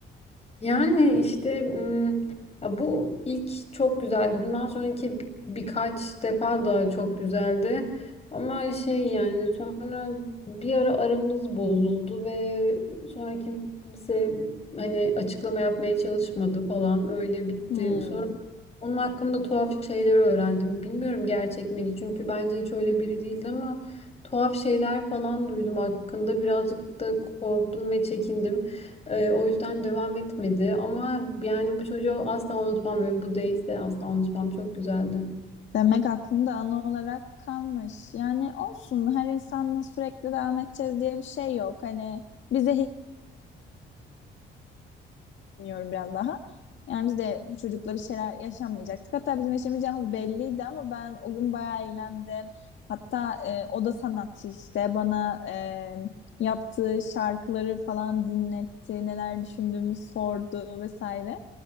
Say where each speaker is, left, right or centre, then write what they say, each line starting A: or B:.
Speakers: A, on the left; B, on the left.
A: Yani işte mm, ya bu ilk çok güzeldi. Bundan sonraki bi- birkaç defa daha çok güzeldi. Ama şey yani sonra bir ara aramız bozuldu ve sonra kimse hani açıklama yapmaya çalışmadı falan öyle bitti.
B: Hmm.
A: Sonra Onun hakkında tuhaf şeyler öğrendim. Bilmiyorum gerçek miydi çünkü bence hiç öyle biri değildi ama tuhaf şeyler falan duydum hakkında. Birazcık da korktum ve çekindim. Ee, o yüzden devam etmedi ama yani bu çocuğu asla unutmam ve bu date'i de asla unutmam. Çok güzeldi.
B: Demek aklında ana olarak kalmış. Yani olsun her insanla sürekli devam edeceğiz diye bir şey yok. Hani bize hediye düşünüyorum biraz daha. Yani biz de bu çocukla bir şeyler yaşamayacaktık. Hatta bizim yaşamayacağımız belliydi ama ben o gün bayağı eğlendim. Hatta e, o da sanatçı işte bana e, yaptığı şarkıları falan dinletti, neler düşündüğümü sordu vesaire.